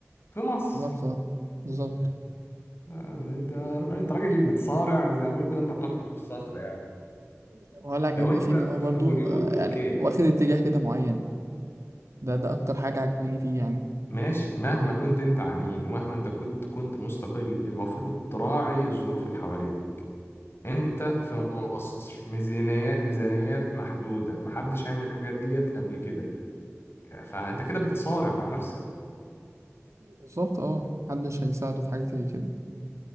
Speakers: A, on the left; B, on the right.
A: في مصر
B: بالظبط آه، بالظبط
A: آه، انت انت راجل بتصارع زي ما بيقولوا كده انت بتحفر في الصخر يعني.
B: وهو اللي عجبني
A: لو انت
B: فيه إن هو
A: في
B: برضو
A: هوليود
B: آه،
A: اوكي
B: يعني واخد اتجاه كده معين ده ده أكتر حاجة عجباني فيه يعني
A: ماشي مهما كنت انت عنيد ومهما انت كنت كنت مستقل المفروض تراعي الظروف اللي حواليك انت في مصر ميزانيات ميزانيات محدودة محدش عامل الحاجات ديت قبل كده فانت كده بتصارع مع نفسك
B: بالظبط اه محدش هيساعده في حاجة زي كده